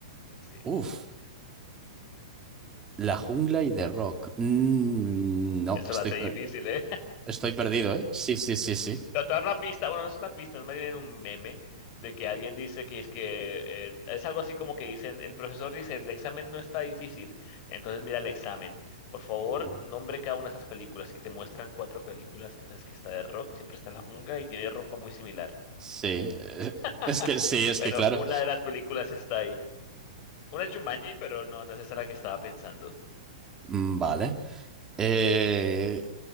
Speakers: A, on the left (about 45°); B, on the right (about 20°).
A: sí.
B: Uf, la jungla y The Rock. Mm, no,
A: Eso
B: estoy,
A: lo hace
B: per-
A: difícil, ¿eh?
B: estoy perdido, ¿eh? Sí, sí, sí, sí.
A: No, te voy a dar una pista, bueno, no es una pista, es más bien un meme de que alguien dice que es que eh, es algo así como que dicen, el profesor dice, el examen no está difícil, entonces mira el examen. Por favor,
B: Mm.
A: nombre cada una de esas películas y te muestran cuatro películas en las que está de rock, siempre está en la jungla y tiene ropa muy similar.
B: Sí, eh,
A: <laughs>
B: es que sí, es
A: Bueno,
B: que claro.
A: una de las películas está ahí. Una es Jumanji, pero no, no es esa la que estaba pensando.
B: Mm, Vale. Eh,